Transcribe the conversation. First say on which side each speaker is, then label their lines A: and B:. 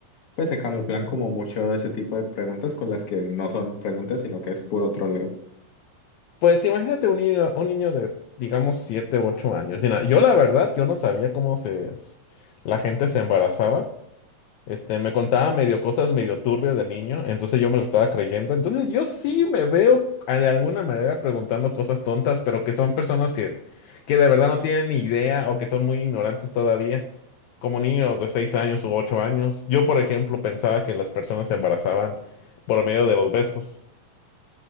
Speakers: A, on the left; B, on the left.
A: pues se camuflan como mucho ese tipo de preguntas con las que no son preguntas, sino que es puro troleo.
B: Pues imagínate un niño, un niño de, digamos, 7 u 8 años. Mira, yo la verdad, yo no sabía cómo se, s- la gente se embarazaba. Este, me contaba medio cosas medio turbias de niño, entonces yo me lo estaba creyendo. Entonces yo sí me veo a- de alguna manera preguntando cosas tontas, pero que son personas que, que de verdad no tienen ni idea o que son muy ignorantes todavía, como niños de 6 años u 8 años. Yo, por ejemplo, pensaba que las personas se embarazaban por medio de los besos.